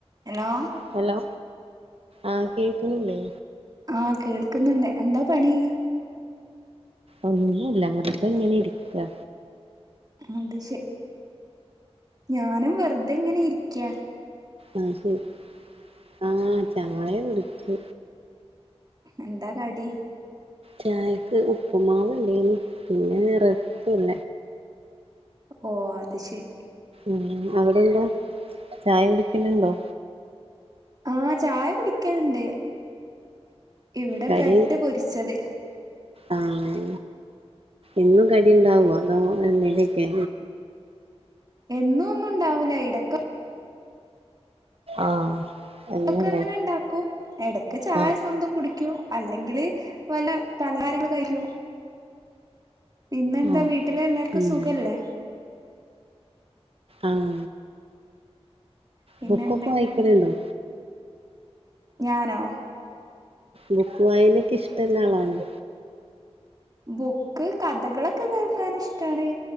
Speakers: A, on the right; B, on the right.
A: Hello
B: hello ആഹ് കേക്കുന്നില്ലേ?
A: ആഹ കേൾക്കുന്നുണ്ട് എന്താ പണി
B: ഒന്നുല്ല വെറുതെ ഇങ്ങനെ ഇരിപ്പാ
A: അത് ശെരി ഞാനും വെറുതെ ഇങ്ങനെ ഇരിക്കാ
B: ആഹ്‌ ശരി ആഹ്‌ ചായ കുടിച്ചു
A: എന്താ കടി
B: ചായക്ക് ഉപ്പുമാവ് ഇണ്ടേന് പിന്നെ റെസ്ക്കും
A: ഓഹ്‌ അത് ശരി
B: ഉം അവിടെന്താ ചായ കുടിക്കുലുണ്ടോ
A: ആഹ് ചായ കുടിക്കലുണ്ട് ഇവിടെ
B: കടി
A: ബ്രെഡ് പൊരിച്ചത്
B: ആഹ് എന്നും കടി ഉണ്ടാവോ അതോ എനേലക്കെ
A: എന്നും ഒന്നും ഉണ്ടാവില്ല ഇടക്ക
B: ആഹ് അങ്ങനെല്ലേ
A: ഇതൊക്കെ ങ്ങനെ ഉണ്ടാക്കും ഇടക്ക് ചായ
B: ആഹ്
A: സ്വന്തം കുടിക്കും അല്ലെങ്കില് വല്ല പലഹാരങ്ങൾ കഴിക്കൂ പിന്നെന്താ
B: ആഹ്
A: വീട്ടിലെ എല്ലാർക്കും
B: ഉം
A: സുഖല്ലേ
B: ആഹ്
A: പിന്നെ
B: ബുക്കൊക്കെ
A: എന്തൊക്കെയ
B: വായിക്കൽ ഉണ്ടോ
A: ഞാനോ
B: ബുക്ക് വായനക്ക ഇഷ്ള്ള ആളാണോ
A: ബുക്ക് കഥകളൊക്കെ കേൾക്കാൻ ഇഷ്ടാണ്